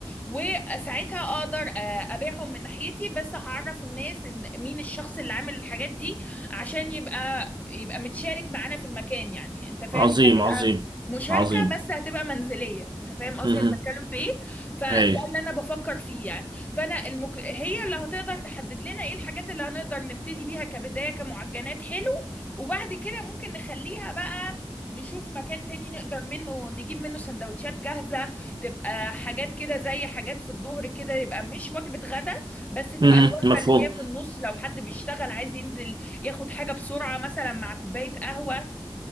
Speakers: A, on the left; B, on the right.
A: وساعتها اقدر آه، ابيعهم من ناحيتي بس هعرف الناس ان مين الشخص اللي عامل الحاجات دي عشان يبقى يبقى متشارك معانا في المكان يعني انت فاهم
B: عظيم
A: هي هتبقى
B: عظيم
A: مشاركة
B: عظيم
A: بس هتبقى منزلية انت فاهم قصدي
B: مهم.
A: انا بتكلم في ايه فده
B: هايل
A: اللي انا بفكر فيه يعني فانا المك... هي اللي هتقدر تحدد لنا ايه الحاجات اللي هنقدر نبتدي بيها كبداية كمعجنات حلو وبعد كده ممكن نخليها بقى نشوف مكان تاني نقدر منه نجيب منه سندوتشات جاهزة تبقى حاجات كده زي حاجات في الظهر كده يبقى مش وجبة غدا بس تبقى
B: مهم.
A: الوجبة
B: مفهوم
A: اللي هي في النص لو حد بيشتغل عايز ينزل ياخد حاجة بسرعة مثلا مع كوباية قهوة